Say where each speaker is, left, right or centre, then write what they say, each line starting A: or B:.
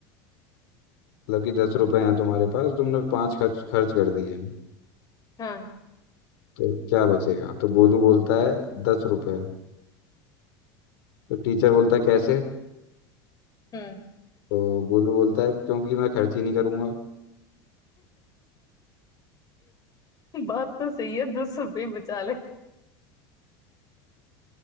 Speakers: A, on the left; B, on the left.
A: मतलब कि दस रुपए हैं तुम्हारे पास तुमने पांच खर्च खर्च कर दिए
B: हाँ
A: तो क्या बचेगा तो गोलू बोलता है दस रुपए तो टीचर बोलता है कैसे
B: हम्म
A: तो गोलू बोलता है क्योंकि मैं खर्च ही नहीं करूंगा
B: <laughs> बात तो सही है दस रुपये बचा ले